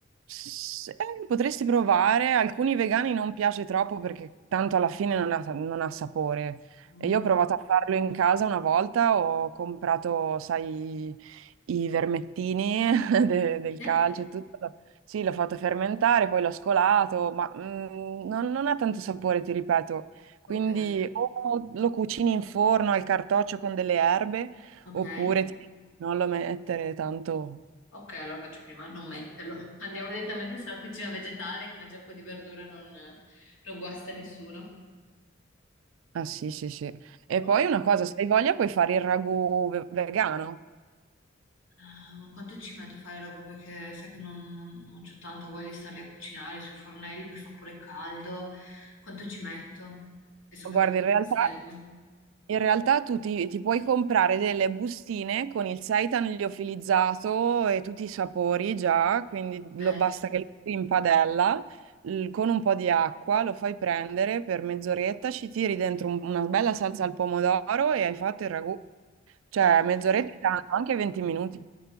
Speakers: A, on the right; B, on the left.
A: S- eh, potresti provare, alcuni vegani non piace troppo perché tanto alla fine non ha, non ha sapore.
B: Mm.
A: E io ho provato a farlo in casa una volta, ho comprato, sai, i vermettini <laughs> de- del
B: Sì?
A: calcio e tutto. Sì, l'ho fatto fermentare, poi l'ho scolato, ma mm, non, non ha tanto sapore, ti ripeto. Quindi
B: Ok,
A: o lo cucini in forno al cartoccio con delle erbe,
B: ok.
A: oppure ti- non lo mettere tanto.
B: Ok, allora faccio prima a non metterlo. <laughs> Andiamo direttamente sulla cucina vegetale, che mangia un po' di verdura non, non guasta nessuno.
A: Ah sì, sì, sì. E
B: Oh.
A: poi una cosa, se hai voglia puoi fare il ragù ve- vegano.
B: Ah, ma quanto ci metto a fare roba? Perché sai che non, non, non c'ho tanta voglia di starli a cucinare sui fornelli, poi fa pure caldo. Quanto ci metto? E soprattutto
A: Guarda,
B: quanto
A: in realtà,
B: mi serve?
A: in realtà tu ti, ti puoi comprare delle bustine con il seitan liofilizzato e tutti i sapori già, quindi
B: Ok,
A: lo- basta che lo metti in padella l- con un po' di acqua, lo fai prendere per mezz'oretta, ci tiri dentro un- una bella salsa al pomodoro e hai fatto il ragù. Cioè,
B: ok,
A: mezz'oretta è tanto, anche 20 minuti.